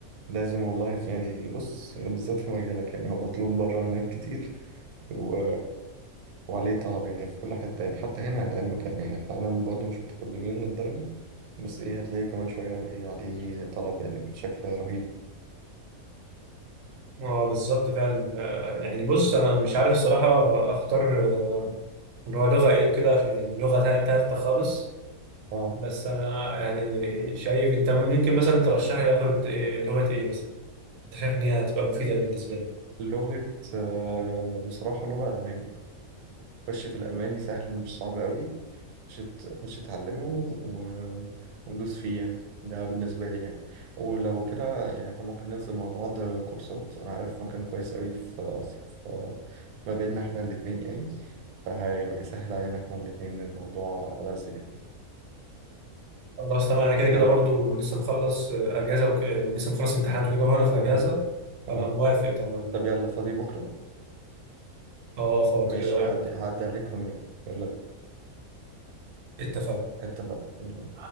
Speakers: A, on the right; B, on the right.
A: لازم والله في يعني بص بالذات في مجالك يعني هو مطلوب بره هناك كتير و... وعليه طلب يعني في كل حتة يعني حتى هنا لعلمك يعني يعني احنا هنا برضه مش متقدمين للدرجة بس ايه هتلاقي كمان شوية ايه عليه طلب يعني بشكل رهيب
B: اه بالظبط فعلا آه، يعني بص أنا مش عارف الصراحة أختار آه، اللي هو لغة إيه وكده عشان يعني لغة تال- تالتة خالص
A: اه
B: بس أنا يعني شايف أنت ممكن مثلا ترشح لي آخد آه، لغة إيه مثلا أنت شايف إن هي هتبقى مفيدة بالنسبة لي
A: لغة آه، بصراحة لغة ألماني خش في الألماني سهل مش صعب قوي خش خش اتعلمه و... وندوس فيه يعني ده بالنسبة لي يعني ولو كده يعني احنا ممكن ننزل مع بعض كورسات أنا عارف مكان كويس أوي في, في... ما بيننا احنا الاتنين يعني فهيبقى يسهل علينا احنا الاتنين الموضوع لذيذ يعني
B: خلاص تمام انا كده
A: يلا
B: كده برضو لسه مخلص آه، اجازه وك... آه، لسه مخلص امتحانات وكده وانا في
A: تمام
B: اجازه
A: اه
B: فانا موافق تمام
A: طب
B: يلا
A: يلا فاضي بكرة
B: اه فاضي
A: ماشي
B: ايه رايك
A: هعدي هعدي عليك ونروح يلا بينا
B: اتفقنا
A: اتفقنا يلا